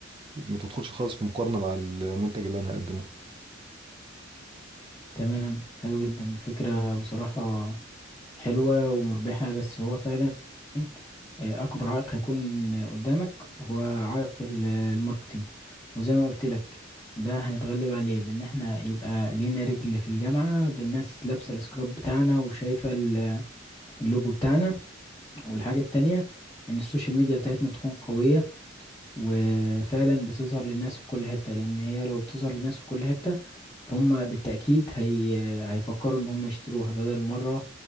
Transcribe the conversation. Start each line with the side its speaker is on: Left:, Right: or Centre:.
Right: ما تدخلش خالص في مقارنه مع المنتج اللي انا هقدمه
Left: تمام حلو جدا الفكرة بصراحة حلوة ومربحة بس هو فعلا آه، أكبر عائق هيكون آه، قدامك هو عائق ال- الماركتينج وزي ما قلت لك ده هنتغلب عليه بإن احنا يبقى لينا رجل في الجامعة بالناس لابسة السكراب بتاعنا وشايفة ال- اللوجو بتاعنا والحاجة التانية إن السوشيال ميديا بتاعتنا تكون قوية وفعلا بتظهر للناس في كل حتة لأن هي لو بتظهر للناس في كل حتة فهم بالتأكيد هي هيفكروا إن هم يشتروها بدل مرة